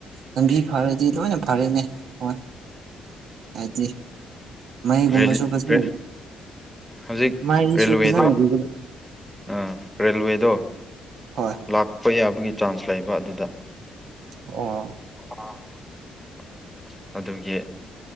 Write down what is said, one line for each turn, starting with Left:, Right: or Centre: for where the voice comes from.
Right: ꯂꯝꯕꯤ ꯐꯔꯗꯤ ꯂꯣꯏꯅ ꯐꯔꯦꯅꯦ ꯍꯣꯏ ꯍꯥꯏꯗꯤ ꯃꯩꯒꯨꯝꯕꯁꯨ
Centre: <unintelligible>
Right: ꯐꯖꯅ
Centre: ꯍꯧꯖꯤꯛ
Right: ꯃꯩꯁꯨ
Centre: ꯔꯦꯜꯋꯦꯗꯨ
Right: ꯐꯖꯅ ꯔꯤꯒꯨꯂꯔ
Centre: ꯑ ꯔꯦꯜꯋꯦꯗꯣ
Right: ꯍꯣꯏ
Centre: ꯂꯥꯛꯄ ꯌꯥꯕꯒꯤ ꯆꯥꯟꯁ ꯂꯩꯕ ꯑꯗꯨꯗ
Right: ꯑꯣ
Centre: <unintelligible> ꯑꯗꯨꯒꯤ